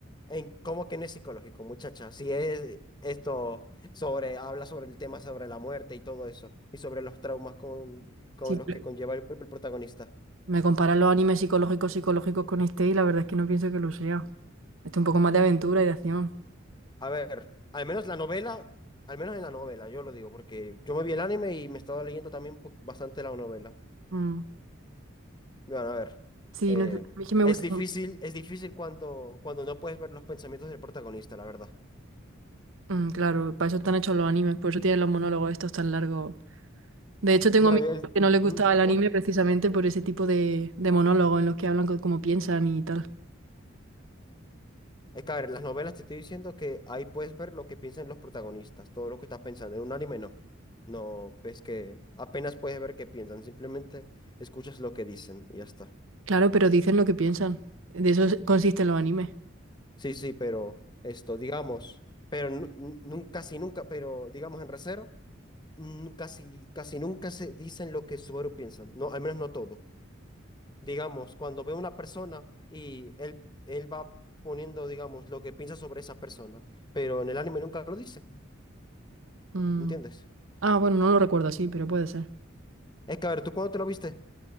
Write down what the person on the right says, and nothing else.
Siempre
me comparan los animes psicológicos psicológicos con este y la verdad es que no pienso que lo sea. Este es un poco más de aventura y de acción.
Mm.
Sí,
no sé. A mí es que me
gusta.
Mm, claro, para eso están hechos los animes, por eso tienen los monólogos estos tan largos. De hecho, tengo
amigos
que no les
gustaba el anime
precisamente por ese tipo de, de monólogos en los que hablan co- como piensan y tal.
Claro, pero dicen lo que piensan. De eso consisten los animes.
Mm.
Ah, bueno, no lo recuerdo así, pero puede ser.